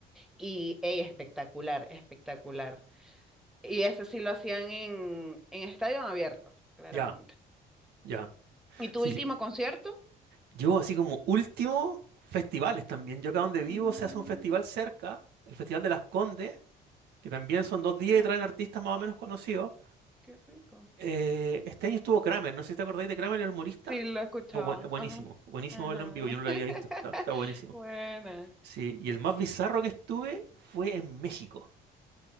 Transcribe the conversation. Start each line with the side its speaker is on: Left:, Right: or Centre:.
Centre: Y ey, espectacular, espectacular. Y eso sí lo hacían en, en estadio abierto, claramente.
Right: Ya, ya.
Centre: ¿Y tu
Right: Sí,
Centre: último
Right: sí.
Centre: concierto?
Right: Yo así como último, festivales también. Yo acá donde vivo
Centre: Mm,
Right: se hace un festival cerca, el Festival de las Condes, que también son
Centre: ah,
Right: dos
Centre: mira,
Right: días y traen artistas más o menos conocidos.
Centre: qué rico.
Right: Eh, este año estuvo Kramer, no sé si te acordáis de Kramer, el humorista.
Centre: Sí, lo escuchaba.
Right: Es bu- es buenísimo,
Centre: Ajá.
Right: buenísimo
Centre: Ajá.
Right: verlo en vivo, yo no lo
Centre: <laughs>
Right: había visto, está, está buenísimo.
Centre: Buena.
Right: Sí, y el más bizarro que estuve fue en México,